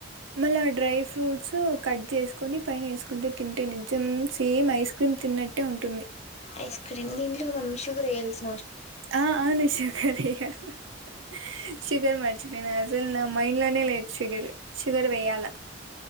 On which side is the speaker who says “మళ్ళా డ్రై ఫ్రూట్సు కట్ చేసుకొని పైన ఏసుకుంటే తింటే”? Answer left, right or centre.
Right